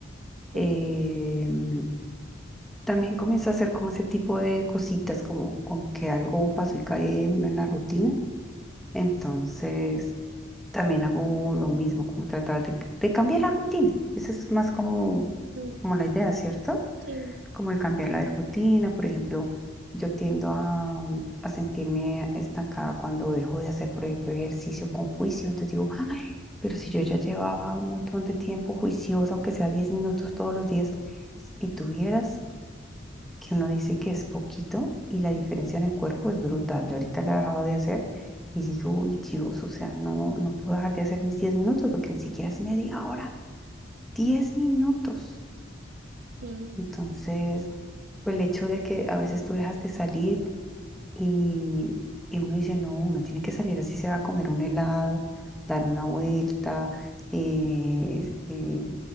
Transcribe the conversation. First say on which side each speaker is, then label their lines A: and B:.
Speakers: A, in the centre; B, on the right.
A: em,
B: Mm,
A: también comienzo a hacer como ese tipo de cositas, como, como que algo pasó y cae uno en la rutina. Entonces, también hago lo mismo, como tratar de, de cambiar la rutina. Esa es más como,
B: mm,
A: como la idea, ¿cierto?
B: Sí,
A: como el cambiar la rutina, por ejemplo, yo tiendo a, a sentirme estancada cuando dejo de hacer, por ejemplo, ejercicio con juicio, entonces digo, ay, pero si yo ya llevaba un montón de tiempo juiciosa, aunque sea 10 minutos todos los días, y tuvieras que uno dice que es poquito y la diferencia en el cuerpo es brutal, yo ahorita la
B: mm,
A: he dejado de hacer. Y digo, uy, Dios, o sea, no, no puedo dejar de hacer mis 10 minutos porque ni siquiera es media hora. diez minutos.
B: sí,
A: Entonces, pues el hecho de que a veces tú dejas de salir y, y uno dice, no, uno tiene que salir así sea a comer un helado, dar una vuelta, eh, eh,